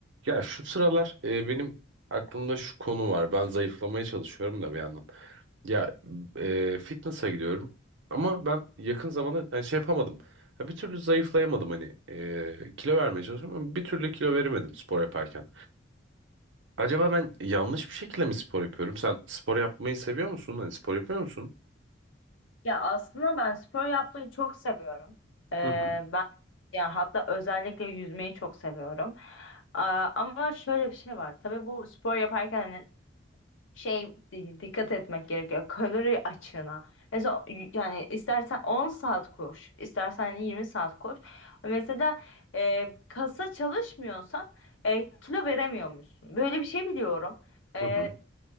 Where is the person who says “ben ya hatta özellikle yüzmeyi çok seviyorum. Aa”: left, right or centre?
Left